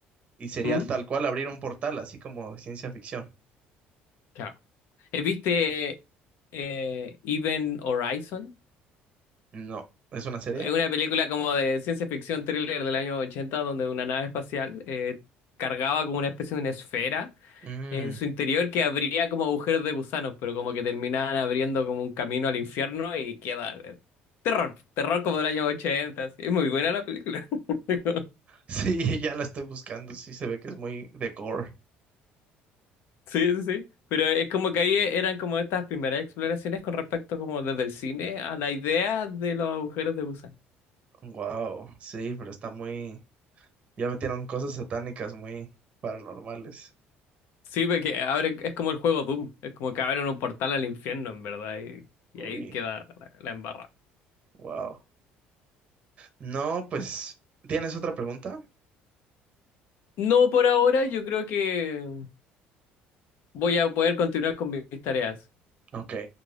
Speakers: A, on the right; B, on the left.
A: y sería
B: Mm,
A: tal cual abrir un portal, así como ciencia ficción.
B: Claro. Eh, ¿Viste eh, Event Horizon?
A: No, ¿es una serie?
B: Es una película como de ciencia ficción thriller del año 80 donde una nave espacial eh, cargaba como una especie de una esfera
A: Mm,
B: en su interior que abría como agujeros de gusanos, pero como que terminaban abriendo como un camino al infierno y queda eh, terror, terror como del año 80 así. Es muy buena la película. <laughs>
A: Sí, <laughs> ya la estoy buscando, sí se ve que es muy de gore.
B: Sí, sí, sí. Pero es como que ahí eran como estas primeras exploraciones con respecto como desde el cine a la idea de los agujeros de gusano.
A: Wow, sí, pero está muy... Ya metieron cosas satánicas muy paranormales.
B: Sí, porque abre, es como el juego Doom, es como que abren un portal al infierno, en verdad, y,
A: Uy,
B: y ahí queda la, la embarrada.
A: wow. No, pues, ¿tienes otra pregunta?
B: No por ahora, yo creo que voy a poder continuar con mis tareas.
A: Ok,